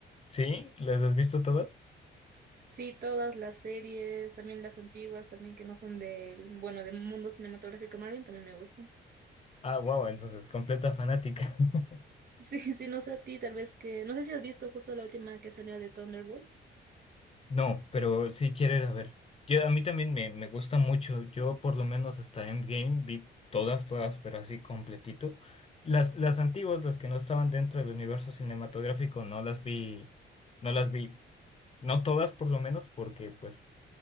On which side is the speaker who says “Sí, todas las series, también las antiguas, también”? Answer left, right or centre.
Right